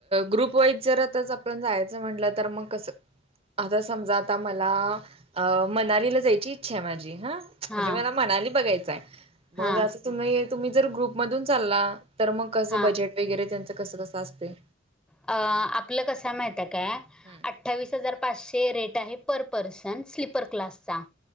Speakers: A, on the right (about 30°); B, in the centre.
A: ग्रुप वाईज जर, आताच आपण जायचं म्हंटल तर मग कसं? आता समजा, आता मला अ मनालीला जायची इच्छा आहे माझी हा. म्हणजे
B: हां
A: मला मणाली बघायचंय,
B: हां
A: मग असं तुम्ही तुम्ही जर ग्रुप मधून चालला तर मग कसं
B: हां
A: बजेट वगैरे त्यांचं कसं कसं असतय?
B: आ आपलं कसं हाय माहिती हाय काय?
A: हुं.
B: अठ्ठावीस हजार पाचशे रेट आहे पर पर्सन स्लीपर क्लासचा.
A: हा